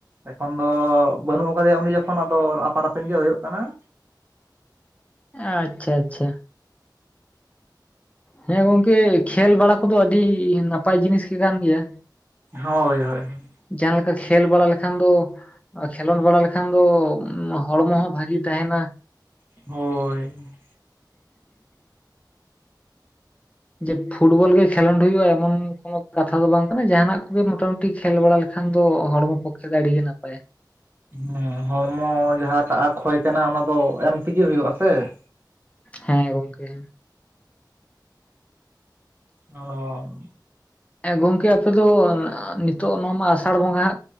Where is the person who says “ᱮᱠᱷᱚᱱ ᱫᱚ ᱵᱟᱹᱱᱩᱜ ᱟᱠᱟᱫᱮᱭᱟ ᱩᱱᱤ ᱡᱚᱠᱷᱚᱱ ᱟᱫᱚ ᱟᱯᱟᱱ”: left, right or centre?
Right